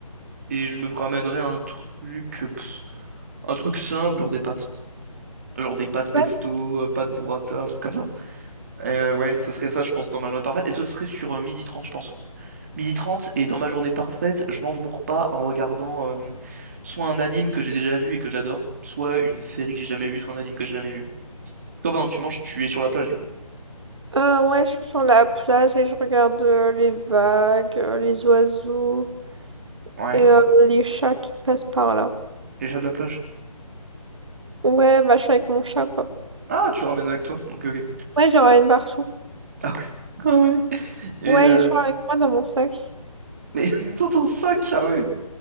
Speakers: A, on the right; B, on the right.
A: Et je me ramènerai un truc. pff, un truc simple, genre des pâtes. Genre des pâtes pesto,
B: Ouais,
A: euh, pâtes burrata, un truc comme ça. Euh, ouais, ce serait ça, je pense, dans ma journée parfaite. Et ce serait sur euh, midi 30 je pense. midi 30 et dans ma journée parfaite, je mange mon repas en regardant euh, soit un anime que j'ai déjà vu et que j'adore, soit une série que j'ai jamais vue, soit un anime que j'ai jamais vu. Toi, pendant que tu manges, tu es sur la plage du coup.
B: Euh, ouais, je suis sur la plage et je regarde euh, les vagues, euh, les oiseaux
A: Ouais.
B: et euh, les chats qui passent par là.
A: Et j'ai de la plage.
B: Ouais, bah, je suis avec mon chat, quoi.
A: Ah, tu le ramènes avec toi. Ok, ok.
B: Ouais, je le ramène partout.
A: <laughs> Ah oui. Ah oui. Et
B: Ouais,
A: euh...
B: il est toujours avec moi dans mon sac.
A: mais <laughs> dans ton sac, ah ouais.